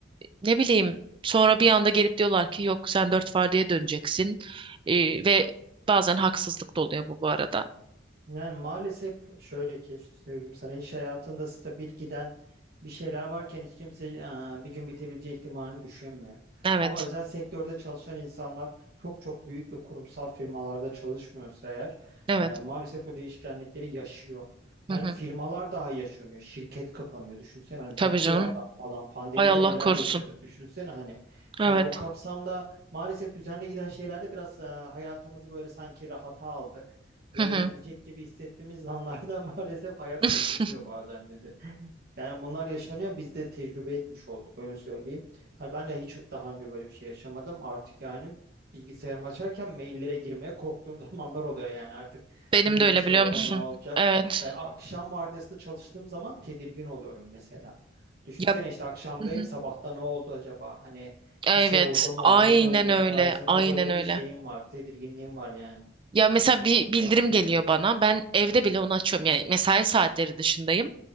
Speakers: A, on the right; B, on the right.
A: Ne bileyim sonra bir anda gelip diyorlar ki yok sen dört vardiyaya döneceksin. E, ve bazen haksızlık da oluyor bu bu arada.
B: Yani maalesef şöyle ki işte söyleyeyim sana iş hayatında stabil giden bir şeyler varken hiç kimse e, bir gün bitebileceği ihtimalini düşünmüyor.
A: Evet,
B: Ama özel sektörde çalışan insanlar çok çok büyük ve kurumsal firmalarda çalışmıyorsa eğer
A: evet.
B: e, maalesef bu değişkenlikleri yaşıyor. Yani
A: Hı hı.
B: firmalar daha yaşanıyor. Şirket kapanıyor. Düşünsene hani
A: Tabii
B: batıyor
A: canım.
B: adam falan. Pandemide
A: Ay Allah
B: neler
A: korusun.
B: yaşadık düşünsene hani.
A: Evet.
B: Hani o kapsamda maalesef düzenli giden şeylerde biraz e, hayatımızı böyle sanki rahata aldık
A: Hı
B: böyle
A: hı.
B: gidecek gibi hissettiğimiz anlarda <laughs> maalesef hayat
A: <laughs>
B: şaşırtıyor bazen bizi. Yani bunlar yaşanıyor biz de tecrübe etmiş olduk öyle söyleyeyim. Hani ben de hiç daha önce böyle bir şey yaşamadım. Artık yani bilgisayarımı açarken maillere girmeye korktuğum <laughs> zamanlar oluyor yani artık
A: Benim
B: bugün
A: de öyle
B: bir şey
A: biliyor
B: oldu
A: musun?
B: mu ne olacak?
A: Evet.
B: Yani akşam vardiyasında çalıştığım zaman tedirgin oluyorum mesela. Düşünsene
A: Ya
B: işte akşamdayım
A: Hı hı.
B: sabahta ne oldu acaba? Hani
A: evet,
B: bir şey oldu mu
A: aynen
B: ne döndü
A: öyle,
B: tarzında
A: aynen
B: böyle
A: öyle.
B: bir şeyim var tedirginliğim var yani.
A: Ya mesela bir bildirim geliyor bana. Ben evde bile onu açıyorum. Yani mesai saatleri dışındayım.